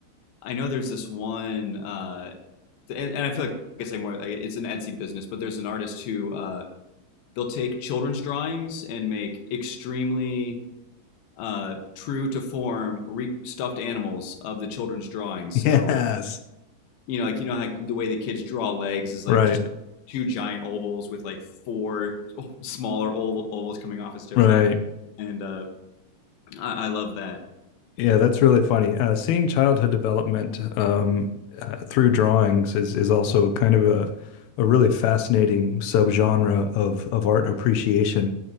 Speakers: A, on the left; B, on the left.
A: I know there's this one, uh, and, and I feel like it's like more like, it's an Etsy business, but there's an artist who uh, they'll take children's drawings and make extremely uh, true to form re- stuffed animals of the children's drawings.
B: Yes.
A: So you know, like you know, like the way the kids draw legs is
B: Right,
A: like just two giant ovals with like four <laughs> smaller oval- ovals coming off his toes,
B: right.
A: and uh, I-, I love that.
B: Yeah, that's really funny. Uh, seeing childhood development um, uh, through drawings is is also kind of a a really fascinating subgenre of of art appreciation.